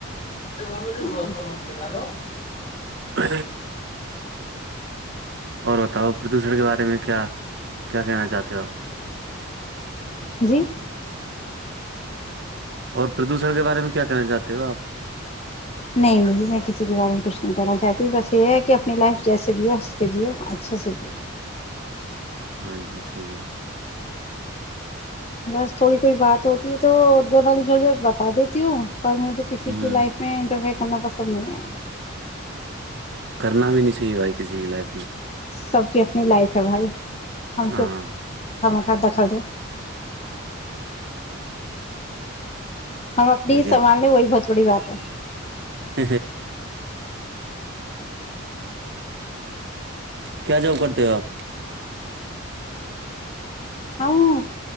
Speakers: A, on the left; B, on the right.
A: ہیلو
B: ا اور بتاؤ پردوشن کے بارے میں کیا کیا کہنا چاہتے ہو آپ
A: جی
B: اور پردوشن کے بارے میں کیا کہنا چاہتے ہو آپ
A: نہیں نہیںی میں کسی کے بارے میں کچھ نہیں کہنا چاہتی بس یہ ہے کہ اپنی لائف جیسے جیو ہنس کے جیو اچھے سے جیو
B: ہاں جی صحیح ہے
A: بس تھوڑی کوئی بات ہوتی ہے تو جو نہ نے بتا دیتی ہوں اور مجھے کسی
B: ہوں
A: کی لائف میں انٹر فیئر کرنا پسند نہیں ہے
B: کرنا بھی نہیں چاہیے بھائی کسی کی لائف میں
A: سب کی اپنی لائف ہے بھائی ہم
B: ہاں
A: کیوں کھانا کھا دخل دے۔۔ ہم اپنی
B: ٹھیک
A: سنبال لیں وہی بہت بڑی بات ہے
B: ہے کیا جاب کرتے ہو آپ
A: ہم